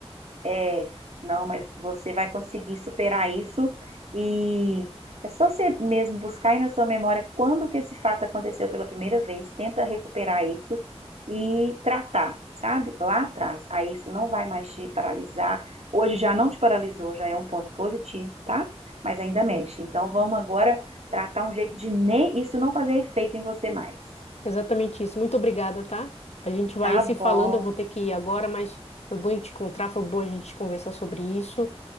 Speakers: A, on the right; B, on the left.
A: É, não, mas você vai conseguir superar isso e é só você mesmo buscar aí na sua memória quando que esse fato aconteceu pela primeira vez, tenta recuperar isso e tratar, sabe? Lá atrás. Aí isso não vai mais te paralisar. Hoje já não te paralisou, já é um ponto positivo, tá? Mas ainda mexe. Então vamos agora tratar um jeito de nem isso não fazer efeito em você mais.
B: Exatamente isso. Muito obrigada, tá? A gente vai
A: Tá
B: se
A: bom,
B: falando. Eu vou ter que ir agora, mas foi bom te encontrar. Foi bom a gente conversar sobre isso.